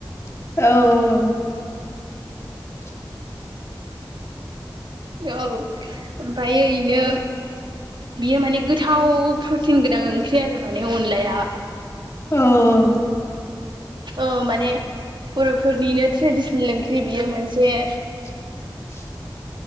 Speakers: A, on the left; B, on the right.
A: औ <inaudible>
B: औ ओमफ्रायो इनो। बियो माने गोथाव प्रटिन गोनां ओंख्रि आरो माने अनलाया।
A: औ औ
B: औ माने बर'फोरनिनो ट्रेडिसनेल ओंख्रि बियो मोनसे,
A: <unintelligible>